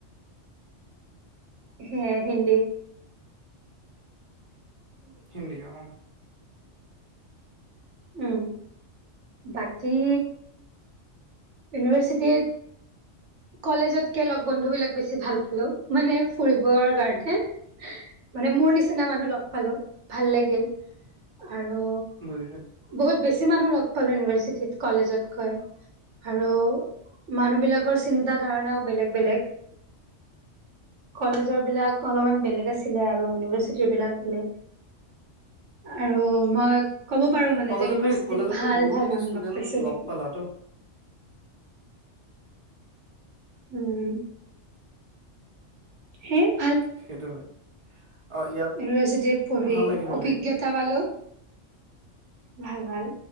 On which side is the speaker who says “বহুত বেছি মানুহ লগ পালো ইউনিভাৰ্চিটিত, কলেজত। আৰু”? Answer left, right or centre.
Right